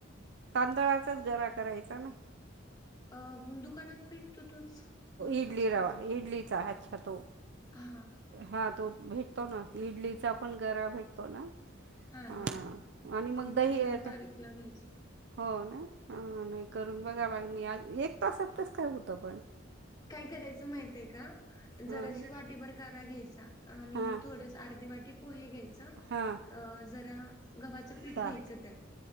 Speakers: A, on the right; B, on the left.
A: तांदळाचाच गरा करायचा ना
B: अ,, दुकानात भेटतो तोच कोणता
A: इडली
B: असतो
A: रवा इडलीचा अच्छा,, तो
B: हा
A: हा तो भेटतो ना, इडलीचा पण गरा भेटतो ना
B: हा
A: हा
B: ना
A: आणि मग दही
B: त्यातलाच
A: येत
B: बारीकला घ्यायचा
A: हो ना नाही, करून बघालाग मग आ एक तासातच कस काय होतं पण,,
B: काय करायचं माहित आहे का?
A: हां
B: जराशी वाटीभर गारा घ्यायचा, आणि
A: हां
B: थोडस अर्धी वाटी पोहे घ्यायचं
A: हां
B: अं, जरा गव्हाचं पीठ
A: डाळ
B: घ्यायचं त्यात